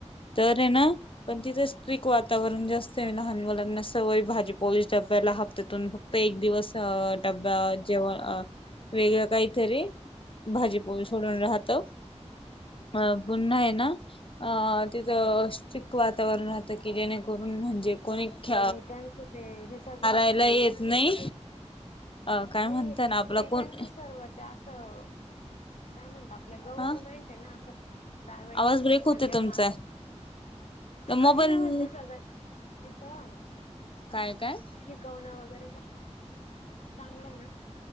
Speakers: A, on the left; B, on the left.
A: तर आहे ना पण तिथं स्ट्रिक वातावरण जास्त लहान मुलांना सवय भाजी डब्या ह्त्यातून फक्त एक दिवस डबा जेव वेगळं काहीतरी भाजी
B: हम्म
A: पोळी सोडून राहत. अ पुन्हा आहे ना अ तिथ स्ट्रिक वातावरण राहतं की जेणे करून म्हणजे कोणी ख
B: आणि त्यांचं ते हे सगळं
A: यला येत नाही अ काय
B: नाही
A: म्हणता ना आपला
B: पण
A: कोण
B: त्यांचं सर्वत ते असं काय म्हणता आपलं गव्हर्मेंट
A: ह
B: आहे ना असं प्रायवेट
A: आवाज
B: स्टेट
A: ब्रेक
B: च
A: होते
B: किंवा
A: तुमचा
B: मा
A: तर मोबाईल
B: आहे ना म्हणज सगळ्या तिथं
A: काय काय
B: श कवना वगैरे स चांगलं आहे ना.